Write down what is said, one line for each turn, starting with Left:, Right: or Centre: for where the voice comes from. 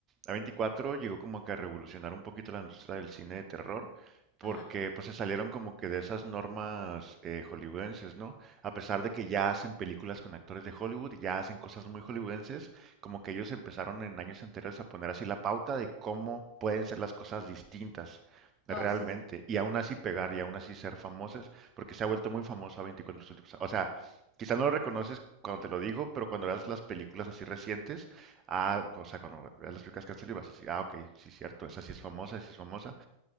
Right: A24 llegó como que a revolucionar un poquito la industria del cine de terror, porque
Left: ajá.
Right: pues se salieron como que de esas normas eh, hollywoodenses, ¿no? A pesar de que ya hacen películas con actores de Hollywood, ya hacen cosas muy hollywoodenses, como que ellos empezaron en años enteros a poner así la pauta de cómo pueden ser las cosas distintas realmente,
Left: Oh, sí, sí.
Right: y aún así pegar y aún así ser famosas, porque se ha vuelto muy famoso A24 en los últimos- O sea, Quizá no lo reconoces cuando te lo digo, pero cuando veas las películas así recientes, ah, o sea, cuando veas las películas que han salido, vas a decir, ah, ok, sí, cierto, esa sí es famosa, esa sí es famosa.